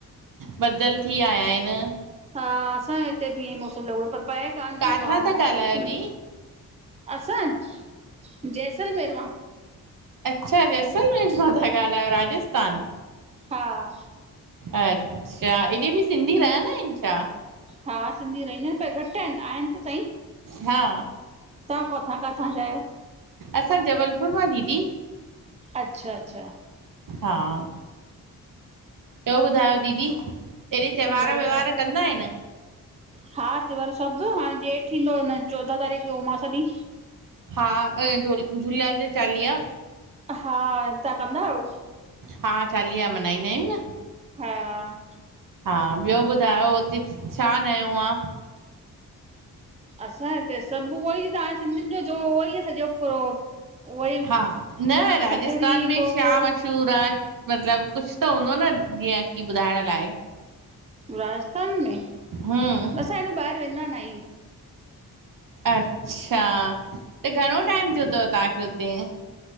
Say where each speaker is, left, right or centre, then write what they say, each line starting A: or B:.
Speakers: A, on the right (about 55°); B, on the right (about 15°).
A: बदल थी आया आहिन।
B: हा असां हिते भी मौसम लगो, पर पए कान
A: काथां
B: थी बाम
A: था
B: मौसम।
A: ॻाल्हायो दी?
B: असां! जैसलमेर मा।
A: अच्छा! जैसलमेर मां था ॻाल्हायो, राजस्थान।
B: हा।
A: अच्छा! एबिभी सिंधी रहंदाइन छा?
B: हा, सिंधी रहिंदा त घट आहिन, आहिन त सई।
A: हा।
B: तां, कथां-काथां जायो?
A: असां, जबलपुर मां दीदी।
B: अच्छा-अच्छा।
A: हा, त ॿुधायो दीदी? एॾे त्योहार
B: बढिया।
A: व्योहार कंदा आहिनि?
B: हा, त्योहार सभु, हाणे डेत थींदो न चोॾहं तारीख़ जो उमास सॾीं।
A: हा, अंए झूलेलाल जा चालीहा।
B: हा, तां कंदा आयो?
A: हा, चालीहा मन्नाईंदा आहियूं ना।
B: हा।
A: हा, ॿियो ॿुधायो हुते छा नयो आ।
B: असां हिते सभु उहो ई तां सिंधियुन जो उहो ई सॼो पूरो। उहो ई
A: हा, न राजस्थान
B: थधिड़ी
A: में
B: गोगो
A: छा मश। सूर आ मतलब कुछ त हूंदो न जीय की ॿुधाइण लाइ।
B: राजस्थान में!
A: हम्म
B: असां हेॾो ॿाहिर वेंदा न आहि।
A: अच्छा, त घणो टाइम थियो त तांखे हुते।